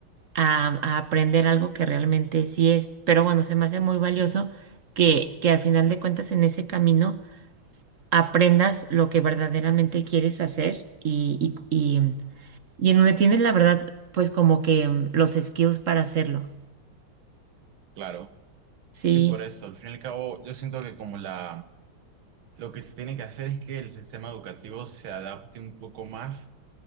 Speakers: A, on the right (about 45°); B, on the right (about 85°).
A: a, a aprender algo que realmente sí es. Pero bueno, se me hace muy valioso que, que al final de cuentas en ese camino aprendas lo que verdaderamente quieres hacer y, y, y, y en donde tienes la verdad, pues como que mm, los skills para hacerlo.
B: Claro,
A: Sí,
B: sí, por eso. Al fin y al cabo, yo siento que como la, lo que se tiene que hacer es que el sistema educativo se adapte un poco más